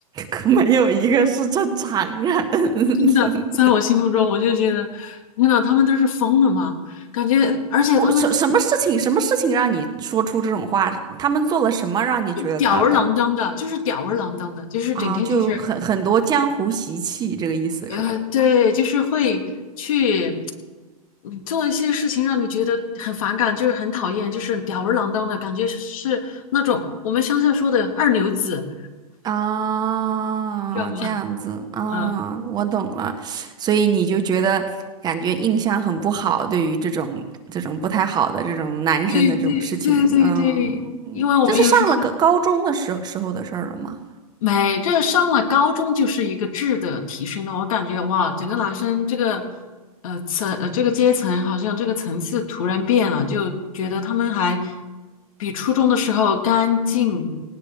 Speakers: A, on the right; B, on the left.
A: 可没有一个是正常人。<laughs>
B: 真的，在我心目中，我就觉得，天呐，他们都是疯了吗？感觉，而且他们就
A: 我什什么事情，什么事情让你说出这种话？他们做了什么让你觉得他他
B: 吊儿郎当的，就是吊儿郎当的，就是整天就是
A: 啊，就很很多江湖习气，这个意思是吧？
B: 呃，对，就是会去嗯做一些事情，让你觉得很反感，就是很讨厌，就是吊儿郎当的感觉，是那种我们乡下说的二流子，
A: 啊，
B: 你知道吗？
A: 这样子啊，
B: <laughs> 嗯，
A: 我懂了。所以你就觉得感觉印象很不好，对于这种这种不太好的这种男生的这种事情，
B: 对对对对对，
A: 嗯，
B: 因为我们也是乡。
A: 这是上了个高中的时候时候的事儿了吗？
B: 没，这个上了高中就是一个质的提升了。我感觉哇，整个男生这个呃层呃这个阶层好像这个层次突然变了，就觉得他们还比初中的时候干净、